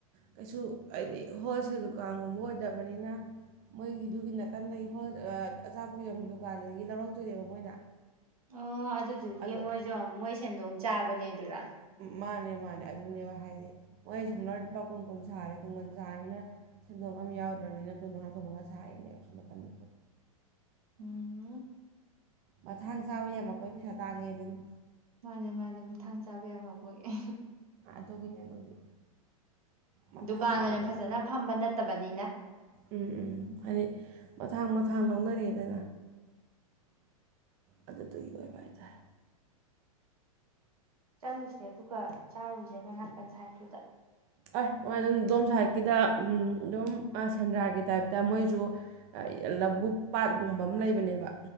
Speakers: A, on the right (about 40°); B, on the right (about 75°).
A: ꯀꯩꯁꯨ ꯍꯥꯏꯗꯤ ꯍꯣꯜꯁꯦꯜ ꯗꯨꯀꯥꯟꯒꯨꯝꯕ ꯑꯣꯏꯗꯕꯅꯤꯅ ꯃꯣꯏꯒꯤꯗꯨꯒꯤ ꯅꯥꯀꯟꯗꯒꯤ ꯍꯣꯜ ꯑ ꯑꯆꯥꯄꯣꯠ ꯌꯣꯟꯕ ꯗꯨꯀꯥꯟꯗꯒꯤ ꯂꯧꯔꯛꯇꯣꯏꯅꯦꯕ ꯃꯣꯏꯅ
B: ꯑꯣ ꯑꯗꯨꯗꯨꯒꯤ
A: ꯑꯗꯣ
B: ꯃꯣꯏꯁꯨ ꯃꯣꯏ ꯁꯦꯟꯗꯣꯡ ꯆꯥꯕꯅꯦ ꯗꯨꯔꯥ
A: ꯃꯥꯅꯦ ꯃꯥꯅꯦ ꯑꯗꯨꯅꯦꯕ ꯍꯥꯏꯗꯤ ꯃꯣꯏ ꯁꯣꯝꯗꯅ ꯂꯨꯄꯥ ꯀꯨꯟ ꯀꯨꯟ ꯁꯥꯔꯦ ꯀꯨꯟ ꯀꯨꯟ ꯁꯥꯕꯅꯤꯅ ꯁꯦꯟꯗꯣꯡ ꯑꯃ ꯌꯥꯎꯗ꯭ꯔꯕꯅꯤꯅ ꯀꯨꯟꯃꯉꯥ ꯀꯨꯟꯃꯉꯥ ꯁꯥꯏꯅꯦꯕ ꯁꯣꯝꯅꯥꯀꯟꯗ
B: ꯎꯝ
A: ꯃꯊꯥꯡ ꯆꯥꯕ ꯌꯥꯝꯃꯛꯄꯩ ꯄꯩꯁꯥ ꯇꯥꯡꯉꯦ ꯑꯗꯨꯅꯤ
B: ꯃꯥꯅꯦ ꯃꯥꯅꯦ ꯃꯊꯥꯡ ꯆꯥꯕ ꯌꯥꯝꯃꯛꯄꯒꯤ ꯑꯍꯤ
A: ꯑꯗꯣꯒꯤꯅꯦ ꯑꯗꯨꯒꯤ ꯃꯊꯥꯡ
B: ꯗꯨꯀꯥꯜ
A: ꯆꯥꯕꯗꯣ
B: ꯑꯣꯏꯅ ꯐꯖꯅ
A: ꯍꯥꯏ
B: ꯐꯝꯕ ꯅꯠꯇꯕꯅꯤ
A: ꯎꯝ ꯎꯝ ꯍꯥꯏꯗꯤ ꯃꯊꯥꯡ ꯃꯊꯪ ꯊꯥꯡ ꯂꯧꯅꯔꯑꯦꯗꯅ ꯑꯗꯨꯗꯨꯒꯤ ꯑꯣꯏꯕ ꯍꯥꯏꯇꯥꯔꯦ
B: ꯆꯠꯂꯨꯁꯦ ꯑꯗꯨꯒ ꯆꯥꯔꯨꯖꯦ ꯑꯗꯣ ꯅꯥꯀꯟ ꯁꯥꯏꯗꯠꯇꯨꯗ
A: ꯑꯩꯍ ꯃꯣꯏ ꯑꯗꯨꯝ ꯑꯗꯣꯝ ꯁꯥꯏꯠꯀꯤꯗ ꯑꯝ ꯑꯗꯨꯝ ꯑ ꯁꯦꯟꯗ꯭ꯔꯥꯒꯤ ꯇꯥꯏꯞꯇ ꯃꯣꯏꯖꯨ ꯑ ꯂꯧꯕꯕꯨꯛ ꯄꯥꯠꯀꯨꯝꯕ ꯑꯃ ꯂꯩꯕꯅꯦꯕ